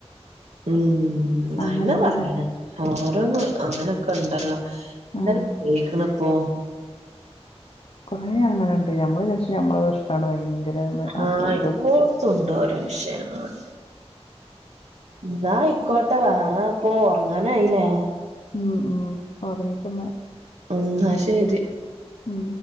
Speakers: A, on the right (about 85°); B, on the left (about 60°).
A: ഉം നന്ന
B: അങ്ങനൊക്കെ
A: പറയണ്
B: ഒരു
A: ഓരോന്ന് അങ്ങനെ ക്ക ഇണ്ടല്ലോ എന്ത
B: ആ
A: കേക്കണ ഇപ്പോ
B: കുറേ അങ്ങനെണ്ട് നമ്മള് വിരിച്ച നമ്മള ഇഷ്ടമാണ് ഭയങ്കര
A: ആഹ്
B: അപ്പൊ ഇതൊന്നും
A: <inaudible> എന്നാ ആയിക്കോട്ടെ വേറെ ഇപ്പൊ ഉറങ്ങാനായില്ലേ
B: മ് മ് ഓറങ്ങിക്കൊന്നാ
A: എന്ന ശരി
B: ഉം